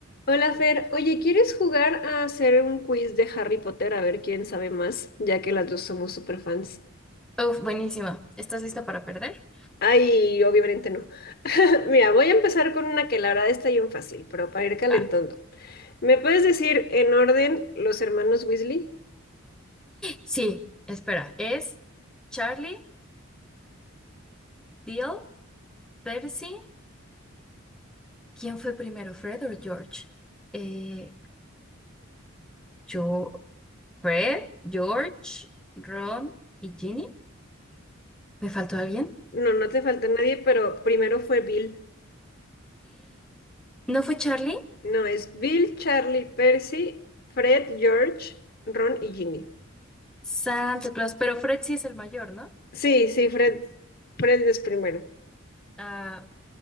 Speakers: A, on the left (about 45°); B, in the centre.
A: Hola Fer, oye, ¿quieres jugar a hacer un quiz de Harry Potter a ver quién sabe más, ya que las dos somos super fans?
B: Uf, buenísimo. ¿Estás lista para perder?
A: Ay, obviamente no. <laughs> Mira, voy a empezar con una que la verdad está bien fácil, pero para ir calentando.
B: Va.
A: ¿Me puedes decir en orden los hermanos Weasley?
B: Sí, espera. Es Charlie, Bill, Percy. ¿Quién fue primero, Fred o George? Eh, yo, Fred, George, Ron y Ginny. ¿Me faltó alguien?
A: No, no te falta nadie, pero primero fue Bill.
B: ¿No fue Charlie?
A: No, es Bill, Charlie, Percy, Fred, George, Ron y Ginny.
B: Santa Claus, pero Fred sí es el mayor, ¿no?
A: Sí, sí, Fred, Fred es primero.
B: Ah,